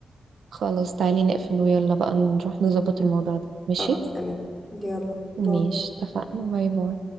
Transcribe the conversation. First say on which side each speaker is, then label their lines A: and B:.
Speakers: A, on the right (about 80°); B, in the centre.
A: خلاص تعالي نقفل ويلا بقى نروح نظبط الموضوع ده ماشي
B: خلاص تمام يلا باي
A: ماشي اتفقنا باي باي